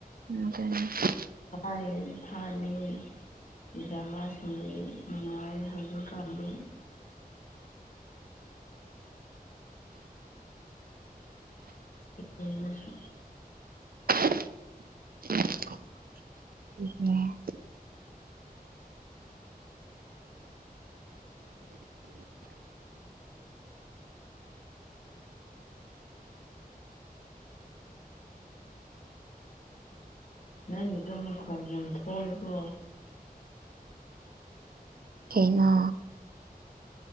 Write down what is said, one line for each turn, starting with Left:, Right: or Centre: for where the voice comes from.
Right: <unintelligible>
Left: ꯊꯥꯏꯌꯦ ꯊꯥꯏꯌꯦ ꯗꯔ꯭ꯃꯥ ꯁꯤꯡ ꯗꯤ ꯅꯨꯡꯉꯥꯏ ꯍꯧꯖꯤꯛ ꯀꯥꯟꯗꯤ <unintelligible>
Right: <unintelligible>
Left: ꯅꯪꯒꯤꯗ ꯃꯈꯣꯟ ꯌꯥꯝ ꯊꯣꯛꯏꯀꯣ
Right: ꯀꯩꯅꯣ